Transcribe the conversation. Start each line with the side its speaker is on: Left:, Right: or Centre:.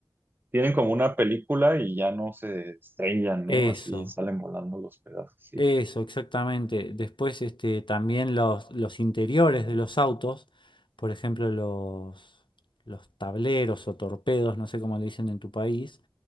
Right: Tienen como una película y ya no se estrellan,
Left: Eso,
Right: ¿no? Así salen volando los pedazos, sí.
Left: eso, exactamente. Después este, también los, los interiores de los autos, por ejemplo, los, los tableros o torpedos, no sé cómo le dicen en tu país,